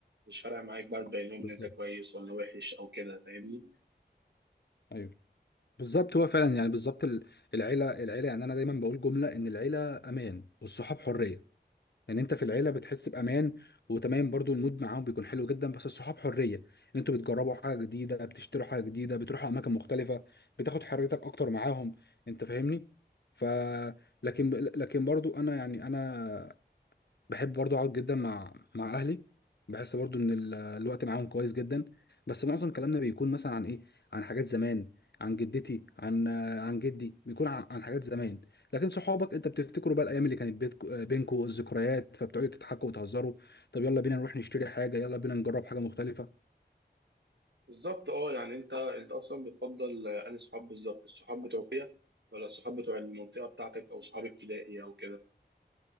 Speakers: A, on the right; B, on the left.
A: مش فارقه معاك بقى تبين لهم ان
B: بالظبط
A: انت كويس ولا وحش او كده فاهمني
B: ايوه بالظبط هو فعلا يعني بالظبط ال- العيلة العيلة يعني انا دايما بقول جملة ان العيلة امان والصحاب حرية لان انت في العيله بتحس بامان وتمام برضو المود معاهم بيكون حلو جدا بس الصحاب حريه ان انتوا بتجربوا حاجه جديده بتشتروا حاجه جديده بتروحوا اماكن مختلفه بتاخد حريتك اكتر معاهم انت فاهمني ف لكن لكن برضو انا يعني انا بحب برضو اقعد جدا مع مع اهلي بحس برضو ان ال- الوقت معاهم كويس جدا بس معظم كلامنا بيكون مثلا عن ايه عن حاجات زمان عن جدتي عن آه، عن جدي بيكون عن, عن حاجات زمان لكن صحابك انت بتفتكروا بقى الايام اللي كانت بيتك- آه، بينكوا الذكريات فبتقعدوا تضحكوا وتهزروا طب يلا بينا نروح نشتري حاجه يلا بينا نجرب حاجه مختلفه
A: بالظبط اه يعني انت انت اصلا بتفضل آه، انهي صحاب بالظبط الصحاب بتوع كده ولا الصحاب بتوع المنطقه بتاعتك او صحاب ابتدائي او كده